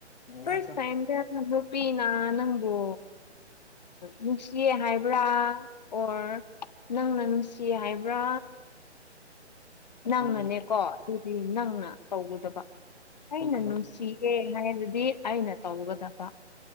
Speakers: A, on the left (about 55°); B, on the left (about 35°).
A: ꯉꯥꯏꯈꯣ
B: ꯐꯔꯁ ꯇꯥꯏ ꯅꯨꯄꯤꯅ ꯅꯪꯕꯨ ꯅꯨꯡꯁꯤꯌꯦ ꯍꯥꯏꯕ꯭ꯔꯥ ꯑꯣꯔ ꯅꯪꯅ ꯅꯨꯡꯁꯤ ꯍꯥꯏꯕ꯭ꯔꯥ ꯅꯪꯅꯅꯦꯀꯣ
A: ꯄꯨꯡ
B: ꯑꯗꯨꯗꯤ ꯅꯪꯅ ꯇꯧꯒꯗꯕ ꯑꯩꯅ
A: ꯄꯨꯡ
B: ꯅꯨꯡꯁꯤ ꯑꯦꯦ ꯍꯥꯏꯗꯨꯗꯤ ꯑꯩꯅ ꯇꯧꯒꯗꯕ